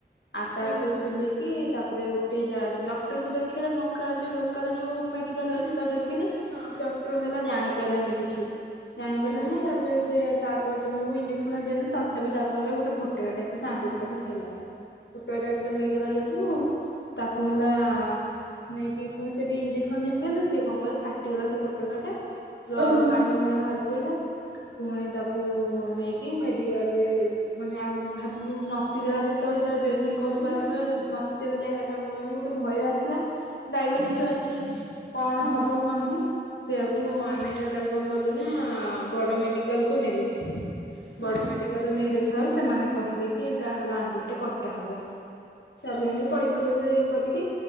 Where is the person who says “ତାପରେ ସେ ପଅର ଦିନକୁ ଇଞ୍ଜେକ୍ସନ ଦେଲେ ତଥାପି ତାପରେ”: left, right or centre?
Left